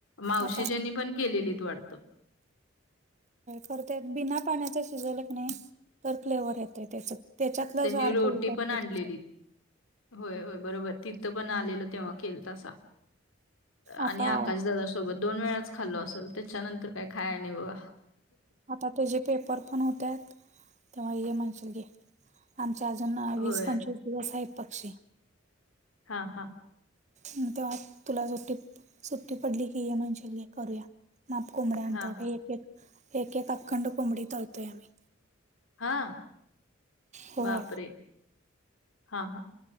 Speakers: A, on the left (about 80°); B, on the right (about 35°).
A: मावशीजनी
B: आता
A: पण केलेलीत वाटतं
B: खत बिना पाण्याच शिजवलं क नाही तर फ्लेवर येतय त्याच त्याच्यातला
A: त्यांनी
B: ज अर्क
A: रोटी
B: उतरतो
A: पण आणलेली.
B: त्याच्यात
A: होय होय बरोबर तिथं पण आलेल तेव्हा खेल तसा
B: आता
A: आणि आकाशदादा सु सोबत दोन वेळाच खाल्लो असेल त्याच्यानंतर काय खाय नाही बघ
B: आता त्याचेे पेपर पण होत तेव्हा हे म्हणशील घे आमचे अजून वीस
A: होय.
B: पंचवीस दिवस आहेत पक्षी
A: हा हा.
B: तेव्हा तुला सुट्टी सुट्टी पडली की ये म्हणशील करूया ना. कबड्यांत
A: हां,
B: बा
A: हां.
B: एकेक एकेक ककंड कुमडी तलतोय आमही
A: हा
B: होय
A: बापरे. हां, हां.